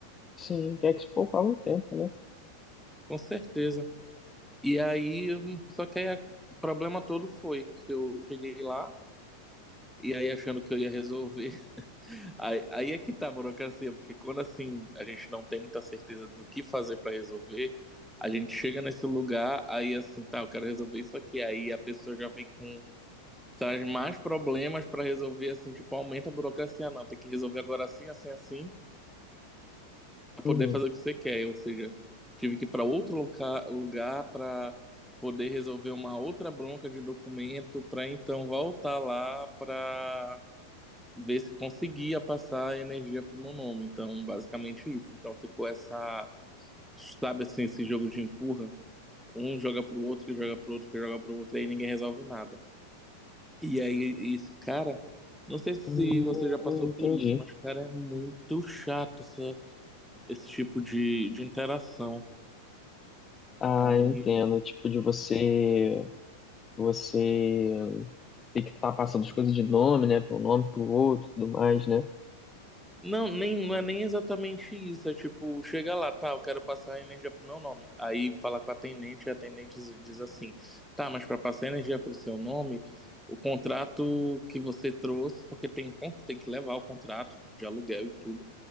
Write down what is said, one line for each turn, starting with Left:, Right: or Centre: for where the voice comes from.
Left: Sim, é que se poupava o tempo, né?
Centre: Com certeza. E aí, só que aí a- o problema todo foi que eu cheguei lá e aí achando que eu ia resolver. <laughs> Aí, aí é que tá a burocracia, porque quando assim a gente não tem muita certeza do que fazer para resolver, a gente chega nesse lugar, aí assim, tá, eu quero resolver isso aqui. Aí a pessoa já vem com traz mais problemas para resolver assim, tipo, aumenta a burocracia, não, tem que resolver agora assim, assim, assim para
Left: Uhum.
Centre: poder fazer o que você quer. Ou seja, tive que ir para outro loca- lugar para poder resolver uma outra bronca de documento, para então voltar lá para ver se conseguia passar a energia para o meu nome. Então, basicamente isso. Então, ficou essa, sabe assim, esse jogo de empurra. Um joga pro outro, que joga pro outro, que joga pro outro, e aí ninguém resolve nada. E aí, isso, cara, não sei se
Left: Hum,
Centre: você já passou
Left: entendi.
Centre: por isso, mas, cara, é muito chato essa, esse tipo de, de interação.
Left: Ah,
Centre: Aí.
Left: entendo. Tipo, de você, você ter que estar passando as coisas de nome, né? Para um nome, para o outro, e tudo mais, né?
Centre: Não, nem, não é nem exatamente isso. É tipo, chega lá, tá, eu quero passar a energia pro meu nome. Aí fala com a atendente, e a atendente diz diz assim: tá, mas para passar a energia pro seu nome, o contrato que você trouxe, porque tem, con- tem que levar o contrato de aluguel e tudo,